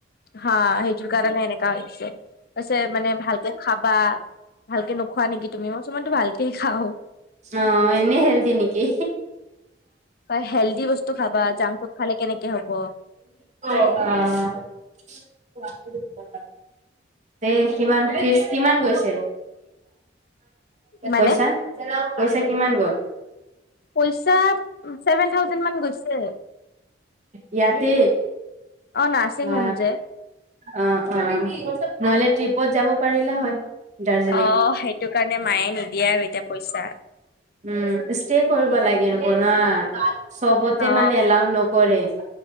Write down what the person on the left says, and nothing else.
হা সেইটোৰ কাৰণে এনেকা হৈছে, কৈছে মানে ভালকে খাবা। ভালকে নোখোৱা নেকি তুমি, মই তো ভালকে খাওঁ।
হয়, হেল্ডি বস্তু খাবা, জাংক ফুড খালে কেনেকে হ'ব।
মানে
পইছা ছেভেন থাউজেণ্ড মান গৈছে।
অ নাৰ্ছিং
হোম যে
অঁ সেইটো কাৰণে মায়ে নিদিয়ে আৰু এতিয়া পইছা।
অ